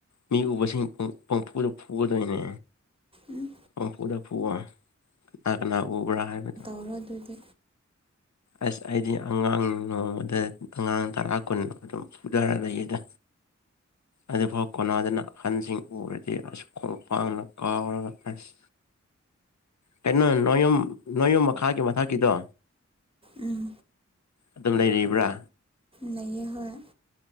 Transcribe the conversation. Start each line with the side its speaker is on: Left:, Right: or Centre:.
Left: ꯃꯤ ꯎꯕꯁꯤꯡ ꯄꯪ ꯄꯪꯐꯨꯗ ꯐꯨꯒꯗꯣꯏꯅꯦ
Right: ꯎꯝ
Left: ꯄꯪꯐꯨꯗ ꯐꯨꯑꯣ ꯀꯅꯥ ꯀꯅꯥ ꯎꯕ꯭ꯔꯥ ꯍꯥꯏꯕꯗ
Right: ꯍꯧꯔꯣ ꯑꯗꯨꯗꯤ
Left: ꯑꯁ ꯑꯩꯗꯤ ꯑꯉꯥꯡ ꯅꯣꯡꯃꯗ ꯑꯉꯥꯡ ꯇꯔꯥ ꯀꯨꯟ ꯑꯗꯨꯝ ꯐꯨꯗꯥꯔꯥ ꯂꯩꯌꯦꯗ ꯑꯗꯨꯐꯥꯎ ꯀꯣꯅꯥꯗꯅ ꯑꯍꯟꯁꯤꯡ ꯎꯔꯗꯤ ꯑꯁ ꯈꯣꯡꯄꯥꯛꯅ ꯀꯥꯎꯔꯒ ꯑꯁ ꯀꯩꯅꯣ ꯅꯣꯏꯌꯨꯝ ꯅꯣꯏꯌꯨꯝ ꯃꯈꯥꯒꯤ ꯃꯊꯛꯀꯤꯗꯣ
Right: ꯎꯝ
Left: ꯑꯗꯨꯝ ꯂꯩꯔꯤꯕ꯭ꯔꯥ
Right: ꯂꯩꯌꯦ ꯍꯣꯏ